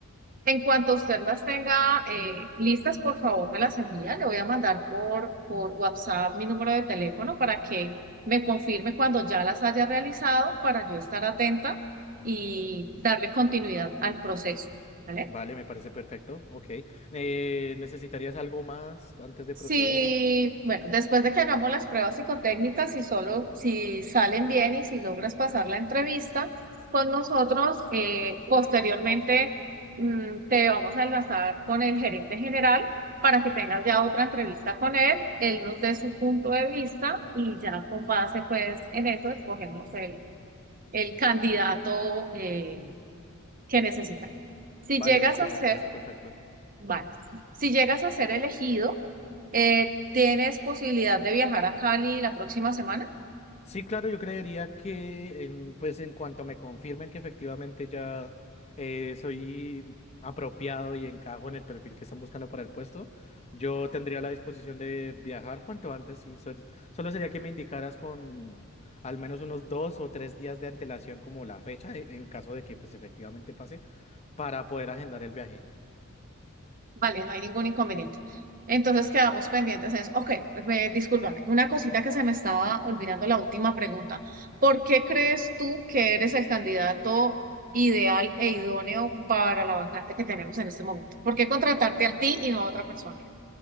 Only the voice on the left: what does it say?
Vale, me parece perfecto. Ok. Eh, ¿necesitarías algo más antes de
proceder?
Vale,
listo,
me
parece perfecto.
Sí, claro, yo creería que en, pues en cuanto me confirmen que efectivamente ya eh, soy apropiado y encajo en el perfil que están buscando para el puesto, yo tendría la disposición de viajar cuanto antes. Sí, sol- solo sería que me indicaras con al menos unos dos o tres días de antelación como la fecha, e- en caso de que pues efectivamente pase, para poder agendar el viaje.